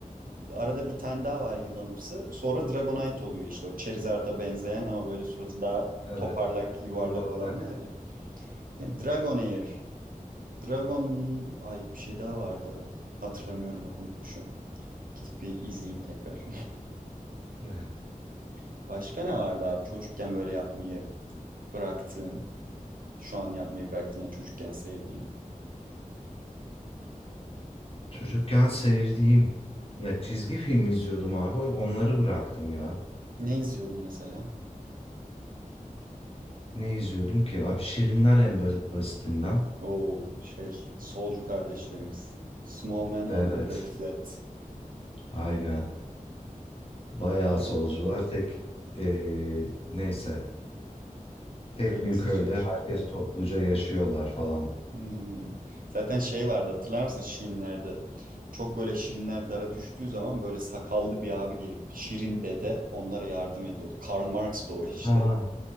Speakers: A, on the right; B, on the left.
A: Arada bir tane daha var yılanımsı. Sonra Dragonite oluyor işte o Charizard'a benzeyen ama böyle suratı daha
B: Evet.
A: toparlak, yuvarlak
B: Yuvarlak.
A: olan var ya. E, Dragonair. Dragon ay bir şey daha vardı arada. Hatırlamıyorum bak unutmuşum. Gidip bir izleyeyim tekrar.
B: <laughs>
A: <laughs> Başka ne vardı abi çocukken böyle yapmayı bıraktığın, şu an yapmayı bıraktığın ya çocukken sevdiğin?
B: Çocukken sevdiğim. Ya çizgi film izliyordum abi. Onları bıraktım ya.
A: Ne izliyordun mesela?
B: Ne izliyordum ki? Abi Şirinler en bas- basitinden.
A: O şey solcu kardeşlerimiz. Small Man Under
B: Evet.
A: Red Flat.
B: Aynen. Bayağı
A: Aa,
B: solcular tek eee, neyse tek
A: kırmızı
B: bir köyde
A: şey.
B: herkes topluca yaşıyorlar falan.
A: Hmm. Zaten şey vardı hatırlar mısın Şirinler'de? Çok böyle Şirinler dara düştüğü zaman böyle sakallı bir abi gelip Şirin dede onlara yardım ediyordu. Karl Marx da o işte.
B: Ha.